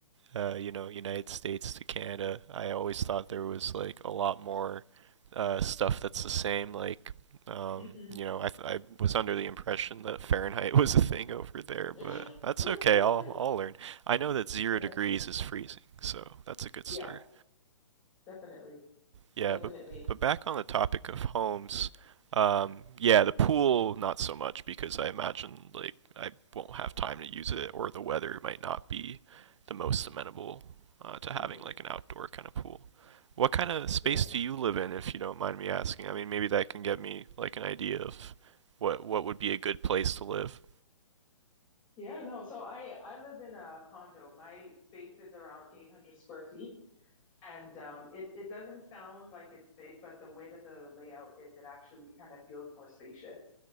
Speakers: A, on the right; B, on the left.
A: uh, you know, United States to Canada, I always thought there was like a lot more uh, stuff that's the same. Like, um,
B: Mhm.
A: you know, I, th- I was under the impression that Fahrenheit <laughs> was a thing over there,
B: <laughs>
A: but that's okay. I'll, I'll learn. I know that zero
B: Yeah.
A: degrees is freezing, so that's a good
B: Yeah,
A: start.
B: definitely.
A: Yeah,
B: Definitely.
A: but but back on the topic of homes, um, yeah, the pool not so much because I imagine like I won't have time to use it, or the weather might not be the most amenable uh, to having
B: Mhm.
A: like an outdoor kind of pool. What kind of space
B: Yeah.
A: do you live in, if you don't mind me asking? I mean, maybe that can get me like an idea of what what would be a good place to live.
B: Yeah, no. So I I live in a condo. My space is around 800 square feet. And um, it it doesn't sound like it's big, but the way that the layout is, it actually kind of feels more spacious.